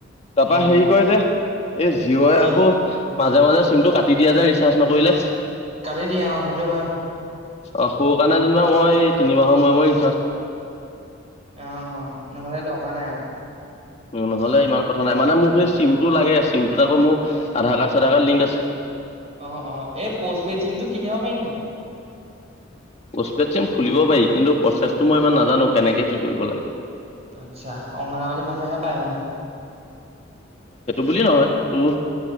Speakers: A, on the left; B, on the right.
A: তাৰপৰা
B: উম
A: হেৰি কয় যে এই জীঅ'ই
B: কি
A: আকৌ মাজে মাজে চিমটো কাটি দিয়া যে ৰিচাৰ্জ নকৰিলে?
B: কাটি দিয়ে অ সেইটো হয়।
A: অ সৰু কাৰণে যেনিবা মই তিনিমাহৰ ময় ময়
B: অ অ নহলে লগা নাই আও।
A: নহ'লে ইমান কথা নাই মানে মোক সেই চিমটো লাগে চিমটোত আকৌ মোৰ আধাৰ কাৰ্ড চাধা কাৰ্ড লিংক আছে।
B: অ অ এই প'ষ্ট পেইড চিমটো কিনিব পাৰিম নাই
A: পষ্পেট চিম খুলিব পাৰি কিন্তু প্ৰচেছটো মই ইমান নাজানো কেনেকে কি কৰিব লাগে।
B: আতছা অংগনাবাদী মানুহে পায় মানে?
A: বুলিয়ে নহয় তো